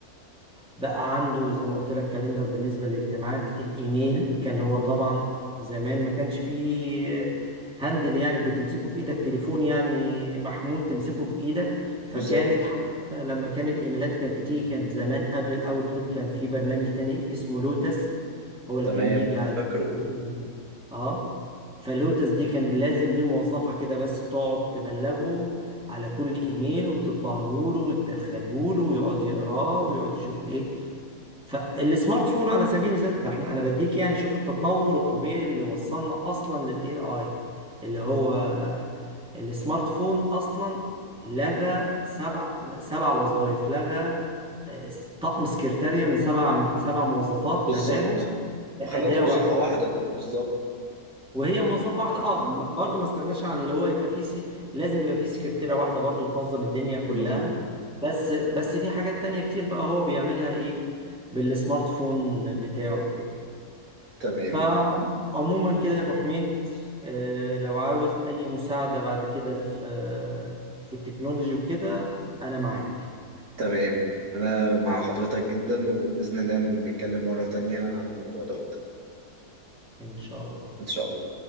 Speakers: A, in the centre; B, on the right (about 70°).
A: بقى عنده زي ما قلت لك كالندر بالنسبة للاجتماعات الإيميل كان هو طبعا زمان ما كانش فيه هاندل يعني بتمسكه في إيدك تليفون يعني محمول تمسكه في إيدك فكانت
B: بالظبط
A: ح- لما كان الإيميلات كانت بتيجي كانت زمان قبل الأوتلوك كان في برنامج تاني اسمه لوتس هو اللي
B: تمام
A: كان بيجي
B: فاكره
A: على الإيميل اه فلوتس دي كان لازم ليه موظفة كده بس تقعد تبلغه على كل ايميل وتطبعه له وتدخله له ويقعد يقراه ويقعد يشوف ايه فالسمارت فون على سبيل المثال ده احنا انا بديك يعني شوف التطور الطبيعي اللي وصلنا اصلا للاي اي اللي هو السمارت فون اصلا لغى سبع سبع وظائف لغى آه، طقم سكرتارية من سبع من سبع موظفات
B: بالظبط
A: لغاهم
B: وخلاه
A: أداة
B: موظفه
A: واحدة
B: واحده بالظبط
A: وهي موظفه واحده اه م- برضه ما استغناش عن اللي هو يبقى فيه سي... لازم يبقى فيه سكرتيره واحده برضه تنظم الدنيا كلها
B: تنظيم
A: بس بس في حاجات تانية كتير بقى هو بيعملها ايه بالسمارت فون بتاعه كده
B: تمام
A: فعموما كده يا ابو حميد آه، لو عاوز اي مساعده بعد كده في آه، في التكنولوجي وكده انا معاك
B: تمام أنا مع حضرتك جدا وبإذن الله نتكلم مرة تانية عن الموضوع دوت
A: ان شاء الله
B: إن شاء الله